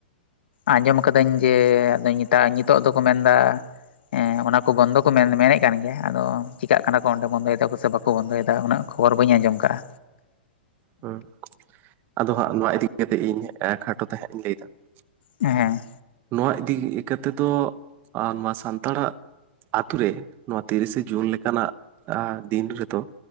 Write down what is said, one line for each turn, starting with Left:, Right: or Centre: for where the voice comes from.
Left: ᱟᱸᱡᱚᱢ ᱠᱟᱹᱫᱟᱹᱧ ᱡᱮ ᱟᱫᱚ ᱧᱮᱛᱟ-ᱧᱤᱛᱚᱜ ᱫᱚᱠᱚ ᱢᱮᱱ ᱫᱟ ᱮᱸ ᱚᱱᱟ ᱠᱚ ᱵᱚᱱᱫᱚ ᱠᱚ ᱢᱮᱱ ᱢᱮᱱᱮᱜ ᱠᱟᱱ ᱜᱮᱭᱟ, ᱟᱫᱚ ᱪᱮᱠᱟᱜ ᱠᱟᱱᱟ ᱠᱚ ᱚᱸᱰᱮ ᱵᱚᱱᱫᱚᱭ ᱫᱟᱠᱚ ᱥᱮ ᱵᱟ ᱠᱚ ᱵᱚᱱᱫᱚᱭ ᱫᱟ ᱩᱱᱟᱹᱜ ᱠᱷᱚᱵᱚᱨ ᱵᱟᱹᱧ ᱟᱸᱡᱚᱢ ᱠᱟᱼᱟ᱾
Right: ᱦᱩᱸ ᱟᱫᱚ ᱦᱟᱸᱜ ᱱᱚᱣᱟ ᱤᱫᱤ ᱠᱟᱛᱮ ᱤᱧ ᱦᱟᱸᱜ ᱠᱷᱟᱴᱚ ᱛᱮᱦᱟᱸᱜ ᱤᱧ ᱞᱟᱹᱭ ᱛᱟᱞᱟᱝᱼᱟ ᱾
Left: ᱦᱮᱸ ᱦᱮᱸ
Right: ᱱᱚᱣᱟ ᱤᱫᱤ ᱠᱮᱛᱮ ᱫᱚ, ᱟᱨ ᱥᱟᱱᱛᱟᱲᱟᱜᱼᱼ ᱟᱹᱛᱩ ᱨᱮ, ᱱᱚᱣᱟ ᱛᱤᱨᱤᱥᱮ ᱡᱩᱱ ᱞᱮᱠᱟᱱᱟᱜ ᱟ ᱫᱤᱱ ᱨᱮᱫᱚ